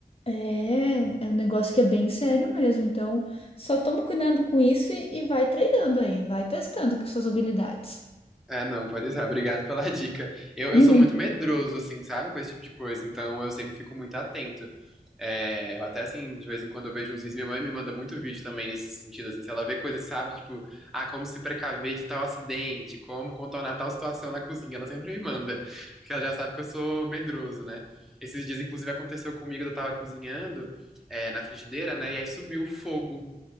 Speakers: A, on the left; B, in the centre.
A: é, é um negócio que é bem sério mesmo. Então, só toma cuidado com isso e, e vai treinando aí, vai testando com suas habilidades.
B: Ah, não, pode deixar. Obrigado pela <laughs> dica. Eu, eu
A: <laughs>
B: sou muito medroso, assim, sabe, com esse tipo de coisa, então eu sempre fico muito atento. É, eu até, assim, de vez em quando eu vejo uns vídeos, minha mãe me manda muito vídeo também nesse sentido, assim, se ela vê coisas, sabe, tipo, ah, como se precaver de tal acidente, como contornar tal situação na cozinha, ela sempre me manda, porque ela já sabe que eu sou medroso, né? Esses dias, inclusive, aconteceu comigo, eu tava cozinhando, é, na frigideira, né, e aí subiu o fogo.